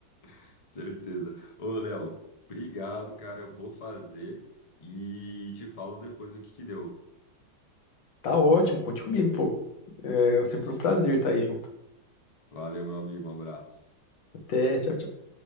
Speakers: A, on the left; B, on the left.
A: <laughs> certeza. Ô, Léo, obrigado, cara. Eu vou fazer e te falo depois o que que deu.
B: Tá ótimo, conte comigo, pô. É
A: Fechou.
B: sempre um prazer estar aí junto.
A: Valeu, meu amigo. Um abraço.
B: Até, tchau, tchau.